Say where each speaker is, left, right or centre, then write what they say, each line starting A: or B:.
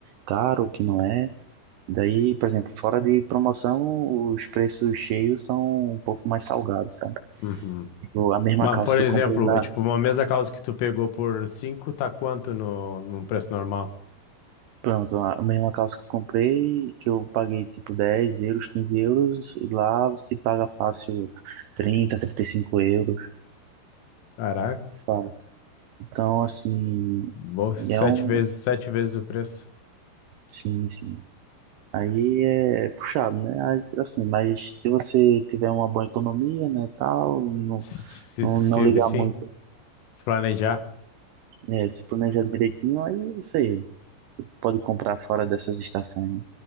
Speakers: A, on the right (about 85°); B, on the left (about 80°).
A: caro, o que não é. Daí, por exemplo, fora de promoção, os preços cheios são um pouco mais salgados, sabe?
B: Uhum.
A: Tipo, a mesma
B: Mas,
A: calça
B: por
A: que
B: exemplo,
A: eu comprei lá,
B: é tipo, uma mesa causa que tu pegou por 5 tá quanto no, num preço normal?
A: pronto, a mesma calça que eu comprei, que eu paguei tipo 10 euros, 15 euros, e lá se paga fácil trinta, trinta e cinco euros,
B: Caraca,
A: fácil. Então, assim,
B: bo- sete
A: e é um.
B: vezes, sete vezes o preço.
A: Sim, sim. Aí é é puxado, né? Aí, Assim, mas se você tiver uma boa economia, né, tal, não,
B: Se,
A: não,
B: se, se-
A: não ligar
B: sim,
A: muito
B: se planejar,
A: É, se planejar direitinho, aí você pode comprar fora dessas estações. né?